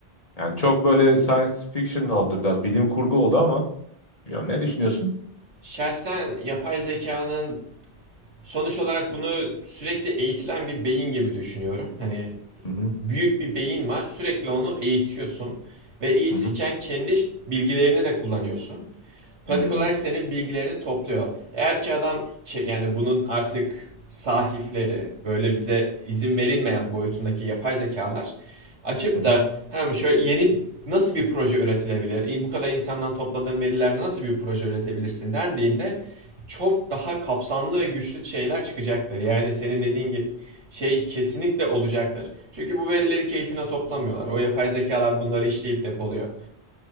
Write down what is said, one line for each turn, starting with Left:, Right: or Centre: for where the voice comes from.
Left: Yani çok böyle science fiction oldu biraz bilim kurgu oldu ama bilmiyorum ne düşünüyorsun?
Right: Şahsen yapay zekanın Sonuç olarak bunu sürekli eğitilen bir beyin gibi düşünüyorum. Hani
Left: Hı hı
Right: büyük bir beyin var. Sürekli onu eğitiyorsun ve eğitirken
Left: hı hı.
Right: kendi bilgilerini de kullanıyorsun pratik
Left: Hmm,
Right: olarak senin bilgilerini topluyor. Eğer ki adam yani bunun artık sahipleri böyle bize izin verilmeyen boyutundaki yapay zekalar açıp
Left: hı hı.
Right: da hem şöyle yeni nasıl bir proje üretilebilir? Bu kadar insandan topladığın verilerle nasıl bir proje üretebilirsin dendiğinde çok daha kapsamlı ve güçlü şeyler çıkacaktır. Yani senin dediğin gibi şey kesinlikle olacaktır. Çünkü bu verileri keyfine toplamıyorlar. O yapay zekalar bunları işleyip depoluyor.